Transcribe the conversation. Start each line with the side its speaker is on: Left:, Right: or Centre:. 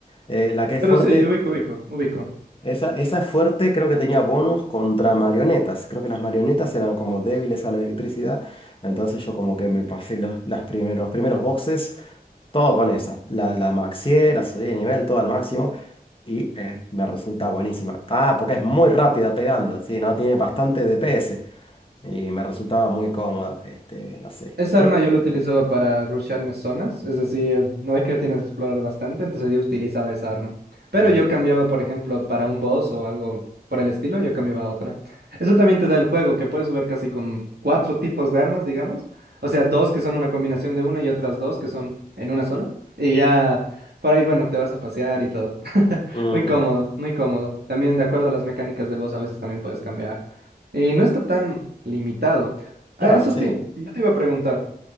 Left: eh, la que es
Right: Pero
Left: fuerte,
Right: sí, ubico, ubico, ubico.
Left: esa, esa es fuerte, creo que tenía bonus contra marionetas, creo que las marionetas eran como débiles a la electricidad, entonces yo como que me pasé los, las primer- los primeros boxes. Todo con esa. La, la maxié, la subí de nivel, todo al máximo. Y eh, me resulta buenísima. Ah, porque es muy rápida pegando. Sí, no tiene bastante DPS. Y me resultaba muy cómoda. Este, no sé.
Right: Esa
Left: Creo
Right: arma
Left: que.
Right: yo la utilizaba para rushearme zonas, es decir, no es que tienes que explorar bastante, entonces yo utilizaba esa arma. Pero
Left: Mm,
Right: yo cambiaba, por ejemplo, para un boss o algo por el estilo, yo cambiaba a otra. Eso también te da el juego, que puedes jugar casi con cuatro tipos de armas, digamos. O sea, dos que son una combinación de una y otras dos que son en una sola. Y ya por ahí, bueno, te vas a pasear y todo. <laughs>
Left: mm,
Right: Muy cómodo, muy cómodo. También de acuerdo a las mecánicas del boss, a veces también puedes cambiar. Y no está tan limitado. Ah,
Left: claro,
Right: eso
Left: sí.
Right: sí, yo te iba a preguntar.